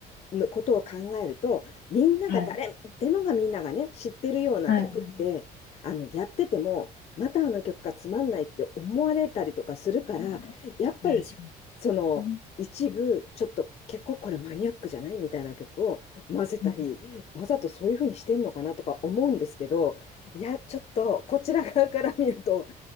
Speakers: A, on the left; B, on the left.
A: のことを考えると、みんなが誰でもがみんながね、
B: はい。
A: 知ってるような曲って、
B: はい。
A: あの、やってても、またあの曲がつまんないって思われたりとかするから、
B: うん、お
A: やっぱり、
B: 願いしま
A: その、
B: すね。
A: 一部、ちょっと結構これマニアックじゃないみたいな曲を混ぜたり、
B: うん、
A: わざとそういうふうにしてんのかなとか思うんですけど、いや、ちょっとこちら側から見ると、